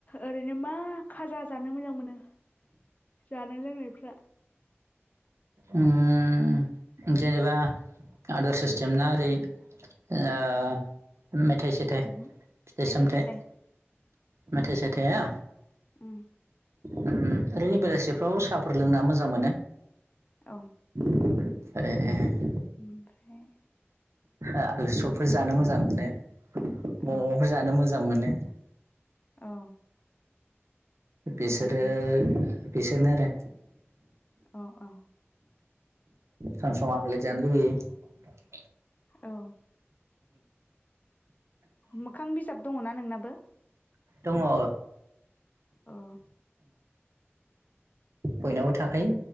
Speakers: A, on the left; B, on the right.
A: ओरैनो मा खाजा जानो मोजां मोनो जानाय लोंनायफ्रा
B: उम जेनेबा आदार सिस्टेम
A: उम
B: ना ओरै ओ मेथाइ -सेथाइ
A: उमहो
B: 'फिथाइ-
A: मेथाइ
B: सामथाइ
A: सेथाइ
B: मेथाइ- सेथाया
A: उम
B: उम ओरैनो बेलासिफ्राव साहाफोर लोंना मोजां मोनो।
A: औ
B: <unintelligible>
A: ओमफ्राय
B: आलुसबफोर जानो मोजां मोनो मम'फोर
A: औ
B: जानो मोजां मोनो।
A: औ
B: बिसोरो
A: मोजाङानो
B: बिसोरनो आरो
A: अ- अ
B: सम- सम आमलेद जानो लुगैयो।
A: औ मोखां बिजाब दङना नोंनाबो
B: दङ ओ
A: औ
B: बयनावबो थाखायो